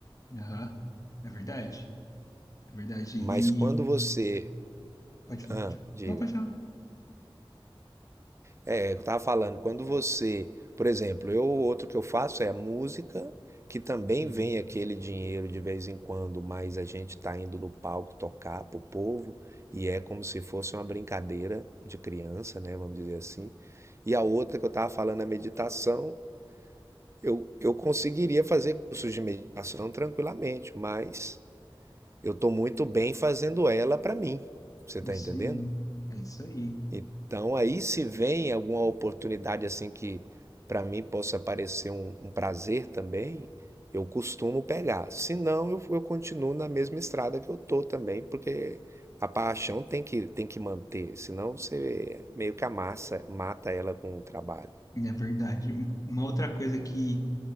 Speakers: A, on the left; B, on the right.
A: Aham. É verdade. É verdade.
B: Mas
A: E.
B: quando você,
A: Pode falar,
B: ah,
A: pode falar.
B: diga.
A: Não, pode falar.
B: É, eu estava falando, quando você, por exemplo, eu outro que eu faço é a música, que também
A: Uhum.
B: vem aquele dinheiro de vez em quando, mas a gente está indo no palco tocar pro povo e é como se fosse uma brincadeira de criança, né, vamos dizer assim. E a outra que eu estava falando, a meditação, eu, eu conseguiria fazer cursos de meditação tranquilamente, mas eu estou muito bem fazendo ela para mim. Você está
A: Isso
B: entendendo?
A: aí. É isso aí.
B: Então aí se vem alguma oportunidade assim que para mim possa parecer um, um prazer também, eu costumo pegar. Se não, eu, eu continuo na mesma estrada que eu tô também, porque a paixão tem que tem que manter, senão você meio que amassa, mata ela com o trabalho.
A: É verdade. Um- Uma outra coisa que